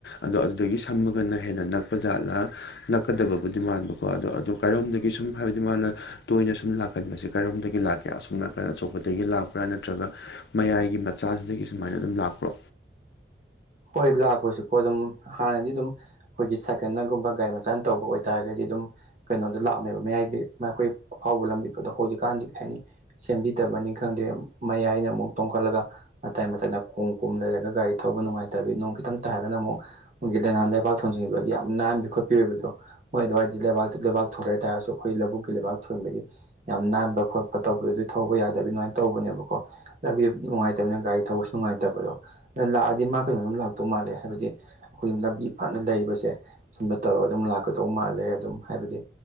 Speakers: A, on the left; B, on the right.
A: ꯑꯗꯣ ꯑꯗꯨꯗꯒꯤ ꯁꯝꯃꯒꯅ ꯍꯦꯟꯅ ꯅꯛꯄ ꯖꯥꯠꯂ ꯅꯛꯀꯗꯕꯕꯨꯗꯤ ꯃꯥꯟꯕꯀꯣ ꯑꯗꯣ ꯑꯗꯨ ꯀꯔꯣꯝꯗꯒꯤ ꯁꯨꯝ ꯍꯥꯏꯕꯗꯤ ꯃꯥꯅ ꯇꯣꯏꯅ ꯁꯨꯝ ꯂꯥꯛꯀꯟꯕꯁꯦ ꯀꯔꯣꯝꯗꯒꯤ ꯂꯥꯛꯀꯦ ꯑꯁꯣ ꯅꯥꯀꯟꯗ ꯑꯆꯧꯕꯗꯒꯤ ꯂꯥꯛꯄ꯭ꯔꯥ ꯅꯠꯇ꯭ꯔꯒ ꯃꯌꯥꯏꯒꯤ ꯃꯆꯥꯁꯤꯗꯒꯤ ꯁꯨꯃꯥꯏꯅ ꯑꯗꯨꯝ ꯂꯥꯛꯄ꯭ꯔꯣ
B: ꯍꯣꯏ ꯂꯥꯛꯄꯁꯨꯀꯣ ꯑꯗꯨꯝ ꯍꯥꯟꯅꯗꯤ ꯑꯗꯨꯝ ꯑꯩꯈꯣꯏꯒꯤ ꯁꯥꯏꯀꯜꯅꯒꯨꯝꯕ ꯒꯥꯔꯤ ꯃꯆꯥꯅ ꯇꯧꯕ ꯑꯣꯏꯇꯥꯔꯒꯗꯤ ꯑꯗꯨꯝ ꯀꯩꯅꯣꯗ ꯂꯥꯛꯑꯃꯦꯕ ꯃꯌꯥꯏꯒꯤ ꯃꯈꯣꯏ ꯑꯐꯥꯎꯕ ꯂꯝꯕꯤꯗꯗꯣ ꯍꯧꯖꯤꯛꯀꯥꯟꯗꯤ ꯀꯩ ꯍꯥꯏꯅꯤ ꯁꯦꯝꯕꯤꯗꯕꯅꯤ ꯈꯪꯗꯦ ꯃꯌꯥꯏꯅ ꯑꯃꯨꯛ ꯇꯣꯡꯈꯠꯂꯒ ꯃꯇꯥꯏ ꯃꯇꯥꯏ ꯀꯣꯝ ꯀꯣꯡ ꯂꯩꯔꯒ ꯒꯥꯔꯤ ꯊꯧꯕ ꯅꯨꯡꯉꯥꯏꯇꯕꯤ ꯅꯣꯡ ꯈꯤꯇꯪ ꯇꯥꯏꯔꯒꯅ ꯑꯃꯨꯛ ꯑꯩꯈꯣꯏꯒꯤ ꯂꯥꯏꯅꯥꯟ ꯂꯩ ꯂꯩꯄꯥꯛꯥꯛ ꯊꯣꯟꯖꯤꯟꯈꯤꯕꯕꯒꯤ ꯌꯥꯝ ꯅꯥꯟꯕ ꯈꯣꯠꯄꯤ ꯑꯣꯏꯕꯗꯣ ꯃꯣꯏ ꯑꯗꯨꯋꯥꯏꯗꯤ ꯂꯩꯕꯥꯛ ꯂꯩꯕꯥꯛ ꯊꯣꯟꯂꯦ ꯍꯥꯏꯇꯥꯥꯔꯁꯨ ꯑꯩꯈꯣꯏ ꯂꯧꯕꯨꯛꯀꯤ ꯂꯩꯕꯥꯛ ꯊꯣꯟꯕꯒꯤ ꯌꯥꯝ ꯅꯥꯟꯕ ꯈꯣꯠꯄ ꯇꯧꯕꯗꯣ ꯑꯗꯨꯏ ꯊꯧꯕ ꯌꯥꯗꯕꯤ ꯑꯗꯨꯃꯥꯏꯅ ꯇꯧꯕꯅꯦꯕꯀꯣ ꯂꯝꯕꯤ ꯅꯨꯡꯉꯥꯏꯇꯕꯅꯤꯅ ꯒꯥꯔꯤ ꯊꯧꯕꯁꯨ ꯅꯨꯡꯉꯥꯏꯇꯕꯗꯣ ꯑꯗꯨ ꯂꯥꯛꯑꯗꯤ ꯃꯥ ꯀꯩꯅꯣ ꯑꯗꯨꯝ ꯂꯥꯛꯇꯧ ꯃꯥꯜꯂꯦ ꯍꯥꯏꯕꯗꯤ ꯑꯩꯈꯣꯏꯒꯤ ꯂꯝꯕꯤ ꯐꯅ ꯂꯩꯕꯁꯦ ꯁꯨꯝꯗ ꯇꯧꯔꯒ ꯑꯗꯨꯝ ꯂꯥꯛꯀꯗꯧ ꯃꯥꯜꯂꯦ ꯑꯗꯨꯝ ꯍꯥꯏꯕꯗꯤ